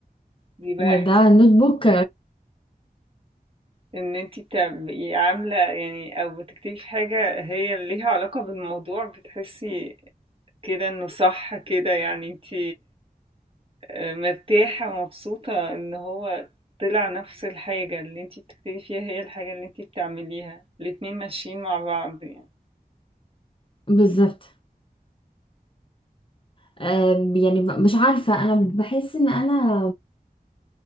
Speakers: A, on the right; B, on the left.
A: بيبقى
B: وده
A: احساس
B: نوت بوك
A: ان انت بتبقي عاملة يعني او بتكتبي في حاجة هي ليها علاقة بالموضوع بتحسي كده انه صح كده يعني انت مرتاحة ومبسوطة ان هو طلع نفس الحاجة اللي انتي بتكتبي فيها هي الحاجة اللي انتي بتعمليها الاتنين ماشيين مع بعض يعني
B: بالظبط أه يعني ب- مش عارفة انا بحس ان انا